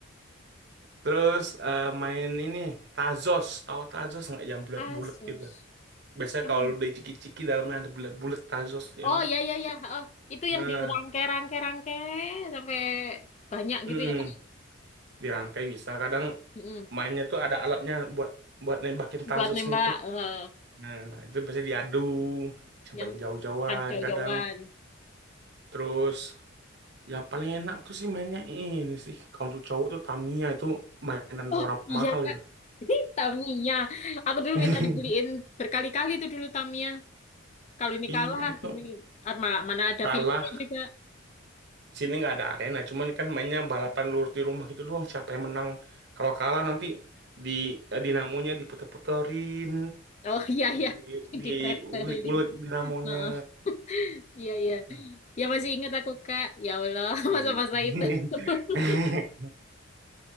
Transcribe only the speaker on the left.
Asus.
Hmm.
Oh
ya ya ya. Oh, itu
yang dirangke-rangke-rangke sampai banyak
gitu ya, Kak.
Mm-mm.
Buat nembak
eh,
yang
kan jauh-jauhan.
Oh
iya
Kak,
<laughs> Tamiya. Aku dulu
minta dibeliin berkali-kali itu dulu Tamiya. Kalau ini
kalah,
ini ah, malah mana ada
filmnya juga.
Oh iya iya,
<laughs>
di pretelin.
Heeh, iya iya.
Ya masih ingat aku Kak. Ya Allah, <laughs>
masa-masa itu. <laughs>